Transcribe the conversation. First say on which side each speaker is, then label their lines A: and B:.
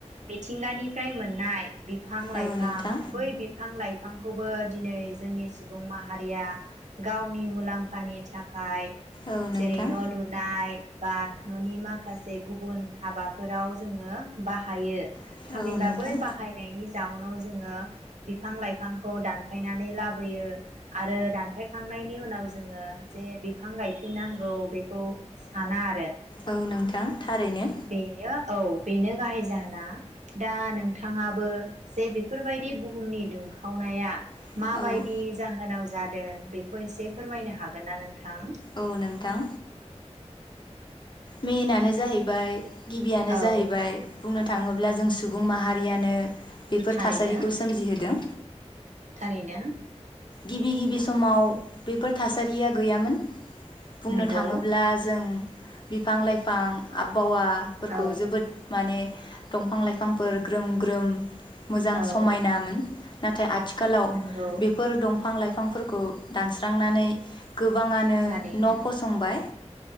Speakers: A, on the right; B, on the left.
A: मिथिंगानिफ्राय मोननाय बिफां लाइ
B: औ
A: फां
B: नोंथां
A: बै बिफां लाइ फांखौ बो दिनै जोंनि सुबुं माहारिया गावनि मुलाम्फानि थाखाय।
B: औ नोंथां
A: जेरै न' लुनाय। बा न'नि माखासे गुबुन हाबाफोराव जोङो बाहायो
B: औ
A: थामहिनबा
B: नोंथां
A: बै बाहायनायनि जाउनाव जोङो बिफां लाइफां खौ दानफायनानै लाबोयो आरो दानफायखांनायनि उनाव जोङो जे बिफां गायफिननांगौ बेखौ साना आरो।
B: औ नोंथां थारैनो।
A: बेयो औ बेनो गाहाय जाहोना दा नोंथाङाबो जे बेफोरबायदि बुहुमनि दुं खावनाया।
B: औ
A: माबायदि जा होनाव जादों बेखौ एसे फोरमायनो हागोन ना नोंथां?
B: औ नोंथां। मेनानो जाहैबाय गिबियानो
A: औ
B: जाहैबाय बुंनो थाङोब्ला जों सुबुं माहारियानो बेफोर
A: थारैनो
B: थासारिखौ सोमजिहोदों।
A: थारैनो।
B: गिबि गिबि समाव बेफोर थासारिया गैयामोन। बुंनो
A: नंगौ
B: थाङोब्ला जों। बिफां लाइफां आबहावा। फोरखौ
A: औ
B: जोबोद माने दंफां लाइफांफोर ग्रोम ग्रोम। मोजां
A: औ
B: समायनामोन। नाथाय आथि खालाव
A: नंगौ
B: बेफोर दं फां लाइफांफोरखौ दानस्रांनानै। गोबाङानो
A: थारैनो
B: न' फसंबाय।